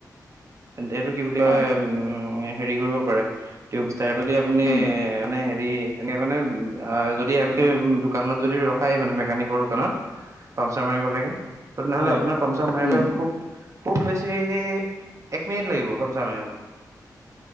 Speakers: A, on the right; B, on the left.
A: এইটো কি বুলি
B: হয়,
A: কয় উম হেৰি কৰিব পাৰে। টিউব টায়াৰটোদি আপুনি
B: উম,
A: মানে হেৰি হেৰি এনেকে মানে অ যদি আপুনি দোকানত যদি ৰখায় মানে মেকানিকৰ দোকানত পামচাৰ মাৰিব লাগে তেনেহলে
B: হয়,
A: আপোনাৰ পামচাৰ মাৰিব
B: উম,
A: খুব- খুব বেছি এক মিনিট লাগিব পামচাৰ মাৰিবলে।